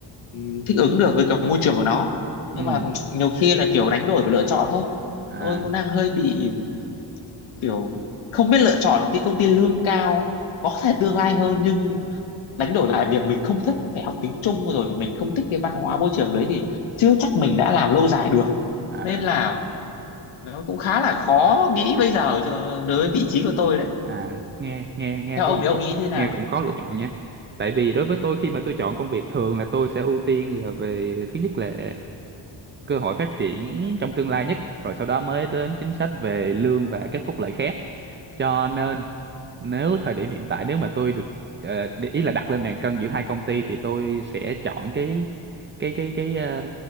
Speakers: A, on the left (about 80°); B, on the right (about 25°).
A: ừm, thích ứng được với cả môi trường của nó
B: ừ.
A: nhưng mà nhiều khi là kiểu đánh đổi và lựa chọn thôi
B: à
A: tôi cũng đang hơi bị kiểu không biết lựa chọn cái công ty lương cao có thể tương lai hơn nhưng đánh đổi lại việc mình không thích phải học tiếng Trung rồi mình không thích cái văn hóa môi trường đấy thì chưa chắc mình đã làm lâu dài được
B: à
A: nên là nó cũng khá là khó nghĩ bây giờ cho- đối với vị trí của tôi đấy
B: à nghe nghe nghe
A: theo
B: có
A: ông thì ông nghĩ như thế nào
B: nghe cũng khó lựa chọn nha tại vì đối với tôi khi mà tôi chọn công việc thường là tôi sẽ ưu tiên là về thứ nhất là cơ hội phát triển trong tương lai nhất rồi sau đó mới đến chính sách về lương và các phúc lợi khác cho nên nếu thời điểm hiện tại nếu mà tôi được ờ, để ý là đặt lên bàn cân giữa hai công ty thì tôi sẽ chọn cái cái cái cái ờ,